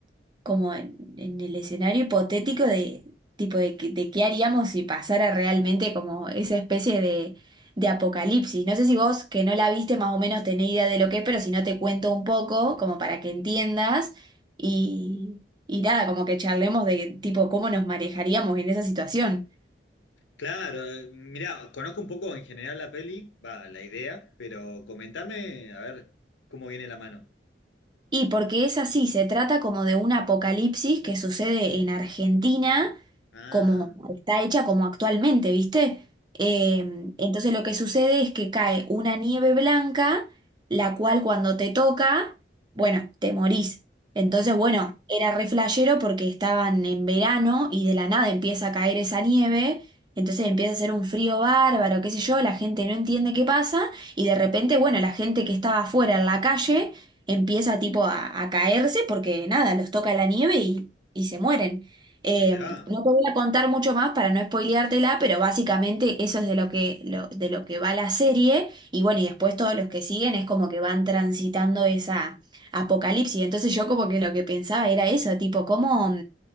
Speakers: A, on the right (about 25°); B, on the left (about 85°).
A: como en, en el escenario hipotético de tipo de, que- de qué haríamos si pasara realmente como esa especie de, de apocalipsis. No sé si vos que no la viste más o menos tenés idea de lo que es, pero si no te cuento un poco como para que entiendas y, y nada, como que charlemos de tipo cómo nos manejaríamos en esa situación.
B: Claro, eh, mirá, conozco un poco en general la peli, va, la idea, pero comentame a ver cómo viene la mano.
A: Y porque es así, se trata como de un apocalipsis que sucede en Argentina,
B: Ah,
A: como está hecha como actualmente, ¿viste? Eh, entonces lo que sucede es que cae una nieve blanca, la cual cuando te toca, bueno, te morís. Entonces,
B: mm,
A: bueno, era re flashero porque estaban en verano y de la nada empieza a caer esa nieve, entonces empieza a hacer un frío bárbaro, qué sé yo, la gente no entiende qué pasa y de repente, bueno, la gente que estaba afuera en la calle empieza tipo a, a caerse porque nada, los toca la nieve y, y se mueren. Eh,
B: mirá,
A: no te voy a contar mucho más para no spoileártela, pero básicamente eso es de lo que, lo- de lo que va la serie y bueno, y después todos los que siguen es como que van transitando esa apocalipsis. Entonces yo como que lo que pensaba era eso, tipo, ¿cómo,